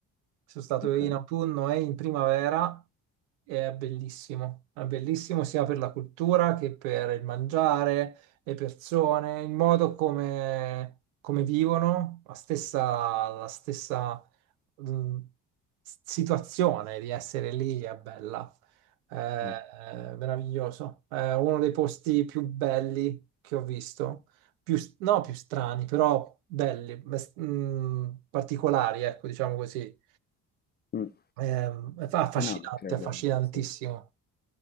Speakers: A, on the right; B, on the left.
A: sono stato
B: Ok.
A: in autunno e in primavera e è bellissimo, è bellissimo sia per la cultura che per il mangiare, le persone, il modo come, come vivono, la stessa, la stessa mh, situazione di essere lì è bella, è, è
B: Eh,
A: meraviglioso, è uno dei posti più belli che ho visto più, s- no, più strani, però belli, bes- mm, particolari, ecco, diciamo così.
B: mm.
A: Ehm, È fa- affascinante,
B: Eh no, credo,
A: affascinantissimo.
B: sì.